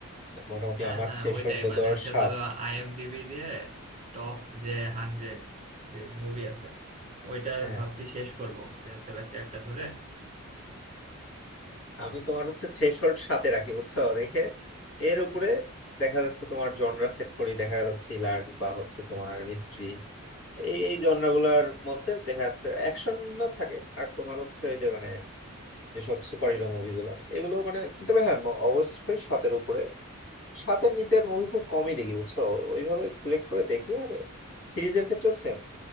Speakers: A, on the left; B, on the right.
A: মোটামুটি
B: হ্যাঁ
A: আমার
B: হ্যাঁ
A: থ্রেশহোল্ড
B: ওইটাই
A: বলতে
B: মানে
A: পারো
B: হচ্ছে
A: সাত
B: ধরো আইএমডিবি দিয়ে টপ যে হান্ড্রেড যে মুভি আছে ওইটা
A: হ্যাঁ,
B: ভাবছি শেষ করব যে হচ্ছে একটা একটা ধরে
A: আমি তোমার হচ্ছে থ্রেশহোল্ড সাথে রাখি বুঝছো রেখে এর উপরে দেখা যাচ্ছে তোমার জনরা সেট করি দেখা গেল থ্রিলার বা হচ্ছে তোমার মিস্ট্রি এই এই জনরাগুলার মধ্যে দেখা যাচ্ছে অ্যাকশন না থাকে আর তোমার হচ্ছে ওই যে মানে যেসব সুপার হিরো মুভিগুলো এগুলো মানে কিন্তু তবে হ্যাঁ ম- অবশ্যই সাতের উপরে সাতের নিচের মুভি খুব কমই দেখি বুঝছো ওইভাবে সিলেক্ট করে দেখি আর সিরিজের ক্ষেত্রেও সেম